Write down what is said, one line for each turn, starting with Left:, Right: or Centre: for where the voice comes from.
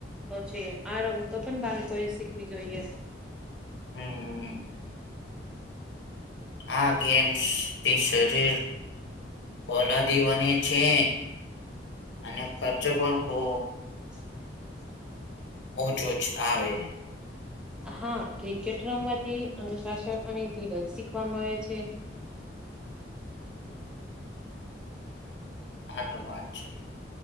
Centre: તો છે આ રમતો પણ બાળકો એ શીખવી જોઈએ
Left: હમ આ ગેમ્સ થી શરીર ઓલાદી બને છે અને ખર્ચો પણ ખ
Centre: <unintelligible>
Left: ઓછો ઓછ આવે
Centre: હા ક્રિકેટ રમવાથી અનુશાસન અને ધીરજ શીખવા મળે છે
Left: હા તો વાત છે